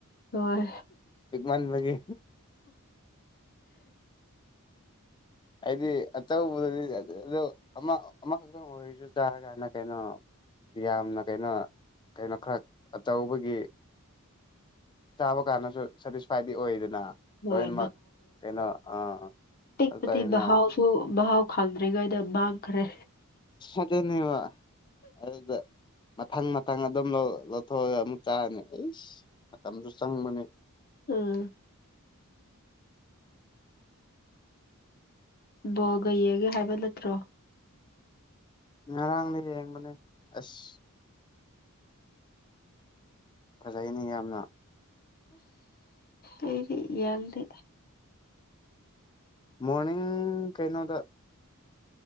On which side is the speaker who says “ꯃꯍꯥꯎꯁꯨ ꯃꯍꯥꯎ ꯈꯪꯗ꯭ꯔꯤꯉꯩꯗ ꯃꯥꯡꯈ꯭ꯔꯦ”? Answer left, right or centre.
Left